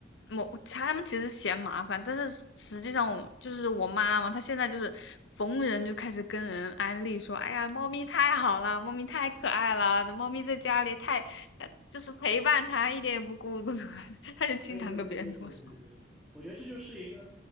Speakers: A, on the left; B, in the centre.
A: 某他们其实嫌麻烦，但是实际上我就是我妈嘛，她现在就是逢人就开始跟人安利说，哎呀，猫咪太好了，猫咪太可爱了，这猫咪在家里太呃就是陪伴它一点也不孤独，<laughs> 她就经常跟别人这么说，
B: 对对对对对对对，我觉得这就是一个